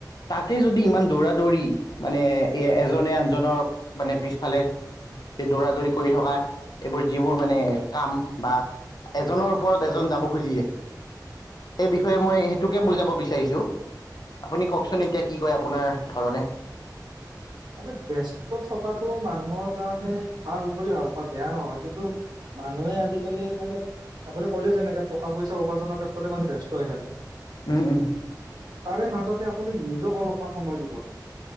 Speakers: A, on the left; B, on the right.
A: তাতে যদি ইমান দৌৰা দৌৰি মানে এ এজনে আনজনক মানে পিছফালে। এই দৌৰা দৌৰি কৰি থকা এইবোৰ যিবোৰ মানে কাম বা। এজনৰ ওপৰত এজন যাব খুজিয়ে। সেই বিষয়ে মই সেইটোকে বুজাব বিচাৰিছোঁ। আপুনি কওকচোন এতিয়া কি কয় আপোনাৰ ধৰণে।
B: মানে ব্যস্ত থকাতটো মানুহৰ কাৰণে ভাল বুলি ভাবো প বেয়া নহয় কিন্তু। <unintelligible> মানুহে আজিকালি মানে আপুনি ক'লে যেনেকে টকা পইচা উপাৰ্জনৰ ক্ষেত্ৰতে মানে ব্যস্ত হৈ থাকে। <unintelligible>
A: উম উম।
B: তাৰে মাজতে আপুনি নিজক অলপমান সময় দিব লাগে।